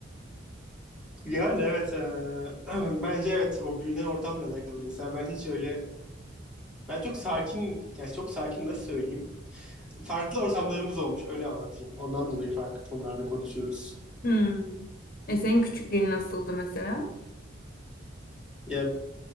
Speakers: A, in the centre; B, on the left.
A: Yani evet. e, <clears throat> bence evet o büyünen ortamla alakalı. Mesela ben hiç öyle ben çok sakin yani çok sakin nasıl söyleyeyim? Farklı ortamlarımız olmuş öyle anlatayım. Ondan dolayı farklı tonlarda konuşuyoruz.
B: Hmm. E senin küçüklüğün nasıldı mesela?
A: Ya